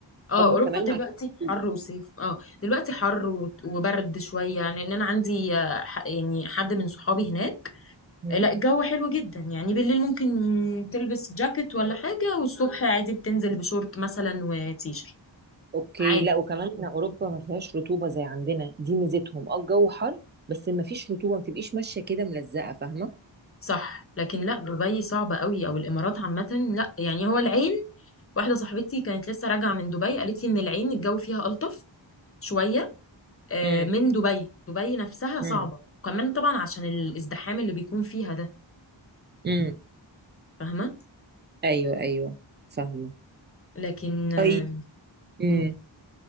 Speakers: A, on the left (about 30°); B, on the right (about 25°).
A: اه
B: هم
A: اوروبا
B: كمان
A: دلوقتي
B: مع الرطوبه
A: حر وصيف اه دلوقتي حر و- وبرد شويه يعني ان انا عندي آه، ح- يعني حد من صحابي هناك
B: مم.
A: آه، لا الجو حلو جدا يعني بالليل ممكن تلبس جاكيت ولا حاجه والصبح عادي بتنزل بشورت مثلا وتيشرت
B: اوكي
A: عادي
B: لا وكمان اوروبا ما فيهاش رطوبه زي عندنا دي ميزتهم اه الجو حر بس ما فيش رطوبه ما تبقيش ماشيه كده ملزقه فاهمه
A: صح لكن لا دبي صعبة قوي او الامارات عامة لا يعني هو العين واحدة صاحبتي كانت لسه راجعة من دبي قالت لي ان العين الجو فيها ألطف شوية آه،
B: امم
A: من دبي دبي نفسها صعبة
B: مم.
A: كمان طبعا عشان الازدحام اللي بيكون فيها ده
B: امم
A: فاهمة
B: ايوه ايوه فاهمه
A: لكن آه،
B: طيب. امم
A: مم.